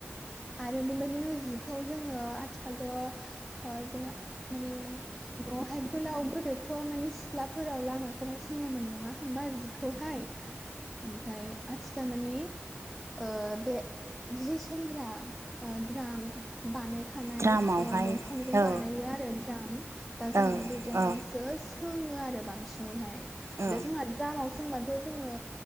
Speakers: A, in the centre; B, on the right.
A: आरो बेबायदिनो जिखौ जों आथिखालथ' जों माने दहाइ गोलाव थोथ' माने सिथ्लाफोराव लामाफोराव सोङोमोन नङा होमबा जिखौहाय। ओमफ्राय आथिखाल मानि ओ बे जि सोंग्रा द्राम बानाय थानाय
B: द्रामावहाय
A: दंफांजों
B: औ
A: बानायो आरो द्राम दा जों
B: औ
A: बेबायदियावहाय
B: औ
A: सो सोङो आरो बांसिनैहाय
B: औ
A: दा जोंहा द्रामाव सोंबाथ' जोंनो